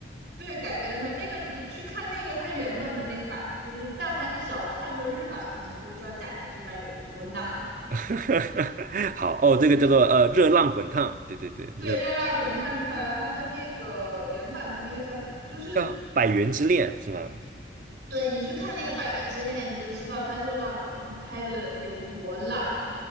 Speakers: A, on the right (about 70°); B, on the right (about 45°).
A: 对改编的那个，你去看那个他原本的那版，就是但凡你只要看过日版的，你就知道贾玲这版有多烂。
B: <laughs> 好哦，这个叫做呃热浪滚烫，对对对，热
A: 对，《热辣滚烫》他他的那个原版的那个叫什么？就是
B: 叫《百元之恋》是吗？
A: 对你去看那个《百元之恋》，你就知道他《热辣滚烫》拍的有多烂，